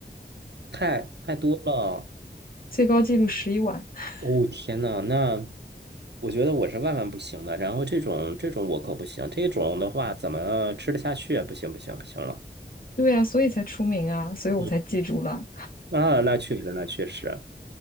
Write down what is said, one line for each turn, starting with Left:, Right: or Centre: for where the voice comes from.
Right: 太太多了。
Left: 最高纪录十一碗。<laughs>
Right: 哦，天呐，那我觉得我是万万不行的。然后这种这种我可不行，这种的话怎么吃得下去啊？不行不行不行了。
Left: 对呀，所以才出名啊，所以我才记住了。
Right: 嗯，啊，那确实那确实。